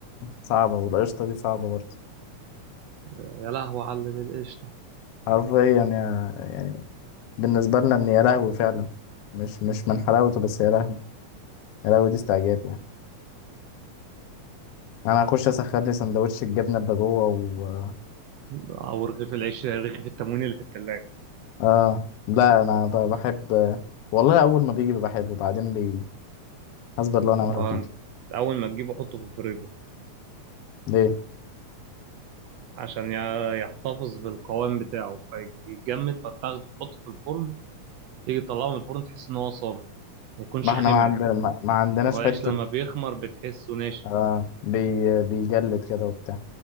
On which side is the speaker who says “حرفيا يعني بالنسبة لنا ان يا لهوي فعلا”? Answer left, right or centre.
Left